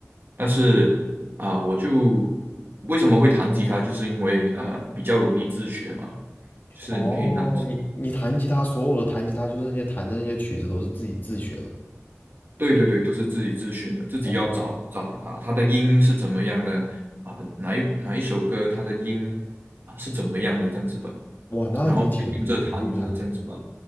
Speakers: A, on the right; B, on the left.
A: 但是啊，我就为什么会弹吉他，就是因为啊比较容易自学嘛，就是你可以拿。
B: 哦，你你弹吉他，所有的弹吉他就是那些弹的那些曲子都是自己自学的。
A: 对对对，都是自己自学的，自己要找找他，
B: 哦，
A: 他的音是怎么样的啊？哪一哪一首歌他的音啊是怎么样的这样子吧，
B: 哇，那你挺你挺厉害。
A: 然后我就跟着弹着这样子吧。